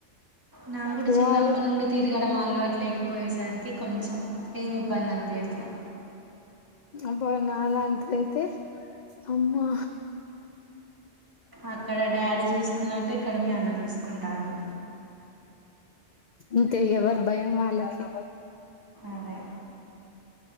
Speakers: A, on the right; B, on the left.
A: నా కూడా
B: పోవాలి
A: చిన్నప్ప నుండి తిరిగడం అలవాటు లేకపోయేసరికి కొంచెం ఏమి ఇబ్బంది అనిపియట్లే
B: అబ్బ నాలాంటిది అయితే అమ్మా
A: అక్కడ డాడీ చూసుకున్నట్టు ఇక్కడ మీ అన్న చూసుకుంటాడు
B: ఇంకా ఎవర్ భయం వాళ్ళకే
A: అదే